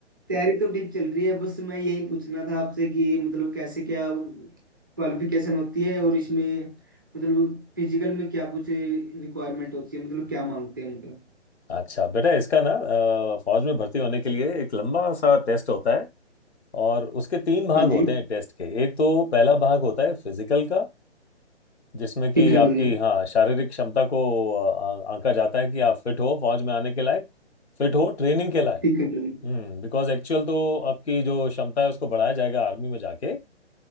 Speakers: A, on the right; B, on the left.
A: तैयारी तो ठीक चल रही है बस मैं यही पूछना था आपसे कि मतलब कैसे क्या क्वालिफिकेशन होती है और इसमें मतलब फिजिकल में क्या कुछ रिक्वायरमेंट होती है मतलब क्या मांगते हैं मतलब
B: अच्छा बेटा इसका ना अ, फौज में भर्ती होने के लिए एक लंबा सा टेस्ट होता है और उसके तीन भाग
A: हाँ जी
B: होते हैं टेस्ट के एक तो पहला भाग होता है फिजिकल का जिसमें कि
A: ठीक अंकल
B: आपकी
A: जी
B: हाँ शारीरिक क्षमता को अ, अ, आंका जाता है कि आप फिट हो फौज में आने के लायक फिट हो ट्रेनिंग के लायक
A: ठीक अंकल जी
B: हम्म बिकॉज एक्चुअल तो आपकी जो क्षमता है उसको बढ़ाया जाएगा आर्मी में जाके